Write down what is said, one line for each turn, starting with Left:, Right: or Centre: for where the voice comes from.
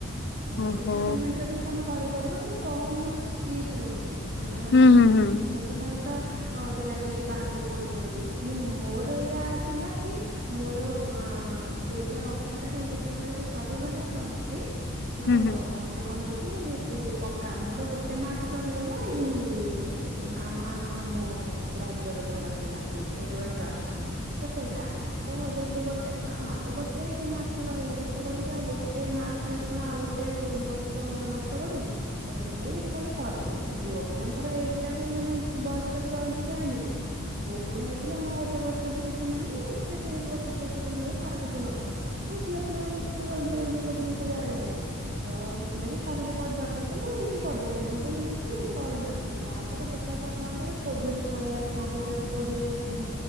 Right: ତଓଡିଶା
Left: ଓହୋ
Right: ଗମେଣ୍ଟର ବି ତମେ କରିପାରିବ କିନ୍ତୁ କମ୍ ସିଟ୍ ରହୁଚି ମାନେ
Left: ହୁଁ ହୁଁ ହୁଁ।
Right: ଉଁ ସେଥିପାଇଁ ତ ଅଁ ପିଲା ଯାଇକି ବାହାରକୁ କରୁଚନ୍ତି କିନ୍ତୁ ମୋର ସେଇୟା ସଇଆ ଥିଲା କି? ମୋର ଗାଁ ଦୁଇ ହଜାର ଅଠରରେ ଯେତେବେଳେ ସରିଗଲା ପ୍ଲସଥ୍ରୀ। ତ
Left: ହୁଁ ହୁଁ
Right: ମ ମତେ କହିଲେ କି ତୁ ପକା ମୋର ଗୋଟେ ମାର୍କ ରହିଗଲା ଇ ଆମ। <unintelligible> ଆ ନା ଆମ ରାଜ୍ୟର ଯୋଉଟା ଥିଲା ଦିଇ ଏ ଯୋଉ ଏଣ୍ଟ୍ରାନ୍ସଷ୍ଟା। ତ ସେଇଟା ତ ଯେ ତୁ ଗୋଟେ ହଁ ତୁ ଗୋଟେ ମାର୍କ ରହିଗଲେ। ତୁ କହିଲୁ କି ଆଉ ଗୋଟେ ମାର୍କ ପାଇଁ ତୁ କଣ ଆଉ ଗୋଟେ ବ ତ ନଷ୍ଟ କରିବୁ ତ ସେଥିଲାଗି ତୁ କହିଲେ କରିଦେ, ଝିଅ ପିଲାଙ୍କର ଏଜ୍ ଟା ବି ମାନେ ବୟସଟା ବି ଜଲ୍ଦି ଯାଏନି କି ପୁଅ ପିଲା ହେଇଥିଲେ ହଁ ଗୋଟେ ବଷ୍ ତା ଦେହେ କିଛି ନାହିଁ ସେ ତିରିଶ୍ ବତିଶ୍ ବର୍ଷ ପର୍ଯ୍ୟନ୍ତ ତାର କିଛି ନଥାଏ। ଝିଅ ପିଲାମାନଙ୍କର୍ ତ ଜଲ୍ଦି-ଜଲ୍ଦି ସବୁ ଜିନିଷ ଯାଏହେରି। ଅ ସେଥିଲାଗି କହିଲେ କରିଦବା ପାଇଁ ତ ମୁଁ ଏମ୍ ତି କରିଦେଇଥିଲି ଏମିତି ନାହିଁ କି କରିନଥିଲି। ତା ମୁଁ କଇ ସେଟା ସରିଲା ପରେ କୋଭିଡ୍ ପଳେଇ ଆସିଲା ଦୁଇ ହଜାରେ କୋଡିଏ ଉଁ।